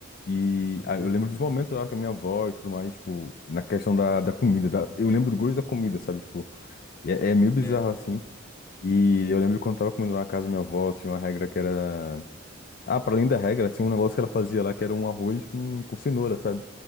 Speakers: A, on the left; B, on the left.
A: E
B: pode
A: ah,
B: crer.
A: eu lembro dos momentos lá com a minha avó e tudo mais, tipo, na questão da, da comida, da, eu lembro do gosto da comida, sabe? Tipo, é é meio bizarro
B: É,
A: assim. E eu lembro quando eu tava comendo lá na casa da minha avó, tinha uma regra que era. Ah, pra além da regra, tinha um negócio que ela fazia lá, que era um arroz com, com cenoura, sabe?